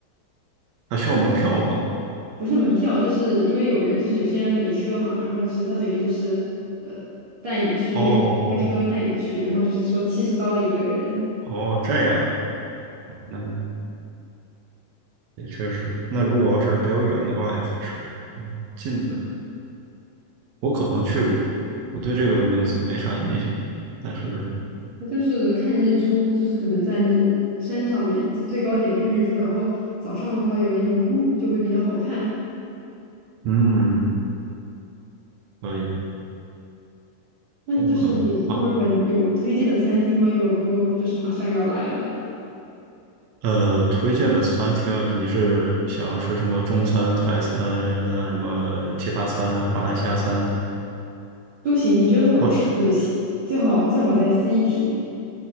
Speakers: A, on the right; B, on the right.
A: 还需要门票吗？
B: 不是门票，就是因为有人，就是有些人没车嘛，然后就是他等于就是呃带你去，
A: 哦
B: 就是开车带你去，然后就是说七十刀一个人。
A: 哦，这样啊，那也确实，那如果要是比较远的话也合适，嗯近的。我可能去过，我对这个名字没啥印象，但是，
B: 它就是看日出，就是可能在那种山上面，在最高点看日出，然后早上的话有那种雾，就会比较好看。
A: 嗯，可以啊
B: 那就是你墨尔本有推荐的餐厅吗？
A: 有可能。好，
B: 有朋友就是马上要来了，
A: 呃，推荐的餐厅，你是想要吃什么中餐、泰餐啊，什么其他餐、马来西亚餐，
B: 都行，你觉得好吃的就行，
A: 或
B: 最好最好在 city